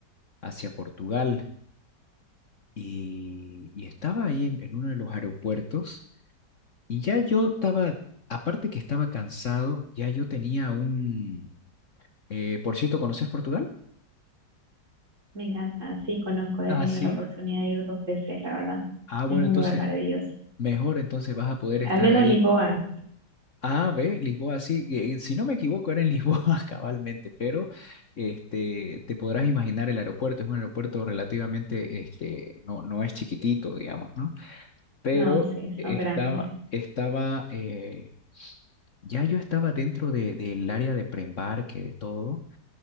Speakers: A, on the left; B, on the right.
A: hacia Portugal, y, y estaba ahí en, en uno de los aeropuertos, y ya yo estaba, aparte que estaba cansado, ya yo tenía un... eh, por cierto, ¿conoces Portugal?
B: Me encanta, sí, conozco, he
A: Ah,
B: tenido
A: sí.
B: la oportunidad de ir dos veces, la verdad.
A: Ah, bueno,
B: Es un
A: entonces,
B: lugar maravilloso.
A: mejor entonces vas a poder
B: Al
A: estar
B: menos
A: ahí.
B: Lisboa,
A: A, B, Lisboa, sí. que, eh, si no me equivoco, era en Lisboa <laughs> cabalmente, pero este, te podrás imaginar el aeropuerto. Es un aeropuerto relativamente, este, no, no es chiquitito, digamos, ¿no? Pero
B: no, sí,
A: estaba,
B: son grandes.
A: estaba, eh, ya yo estaba dentro de- del área de preembarque, de todo.